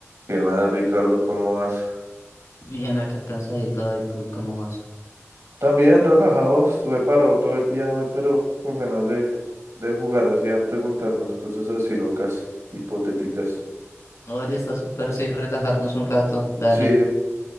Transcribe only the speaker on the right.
¿Qué más, Ricardo? ¿Cómo vas?
También relajado, estuve parado todo el día hoy, pero con ganas de, de jugar así, a preguntarnos cosas así locas, hipotéticas.
Sí,